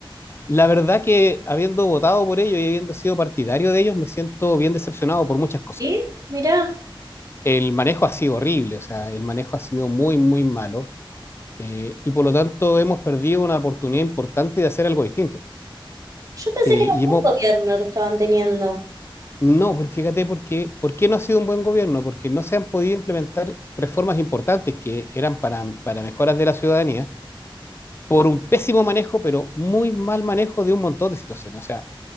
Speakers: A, on the left; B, on the right.
A: La verdad que habiendo votado por ellos y habiendo sido partidario de ellos, me siento bien decepcionado por muchas cosas.
B: ¿Sí? Mirá,
A: El manejo ha sido horrible, o sea, el manejo ha sido muy, muy malo eh, y por lo tanto hemos perdido una oportunidad importante de hacer algo distinto.
B: yo pensé
A: Eh,
B: que era
A: y
B: un
A: hemos,
B: buen gobierno que estaban teniendo.
A: no, porque fíjate, porque, ¿por qué no ha sido un buen gobierno? Porque no se han podido implementar reformas importantes que eran para, para mejoras de la ciudadanía por un pésimo manejo, pero muy mal manejo de un montón de situaciones. O sea,